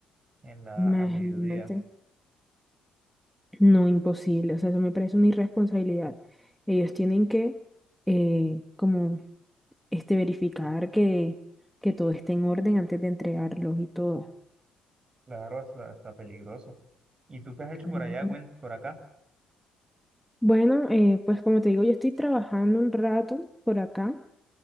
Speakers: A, on the right (about 30°); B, in the centre.
A: en la,
B: Imagínate.
A: a mediodía.
B: No, imposible. O sea, eso me parece una irresponsabilidad. Ellos tienen que, eh, como, este, verificar que, que todo esté en orden antes de entregarlos y todo.
A: Claro, hasta, hasta peligroso. ¿Y tú qué has hecho
B: Claro.
A: por allá,
B: ¿no?
A: cuen- por acá?
B: Bueno, eh, pues como te digo, yo estoy trabajando un rato por acá.